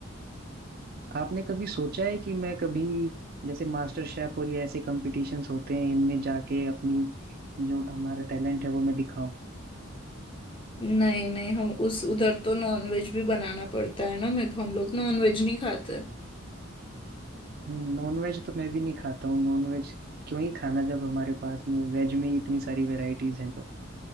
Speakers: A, on the right (about 50°); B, on the left (about 25°).
A: आपने कभी सोचा है कि मैं कभी जैसे मास्टर शेफ और ये ऐसे कंपटीशंस होते हैं इनमें जाके अपनी जो हमारा टैलेंट है वो मैं दिखाऊं
B: नहीं नहीं हम उस उधर तो नॉनवेज भी बनाना पड़ता है ना मैं हम लोग नॉनवेज नहीं खाते
A: नॉन वेज तो मैं भी नहीं खाता हूँ नॉन वेज क्यों ही खाना जब हमारे पास में वेज में ही इतनी सारी वेराइटीज हैं तो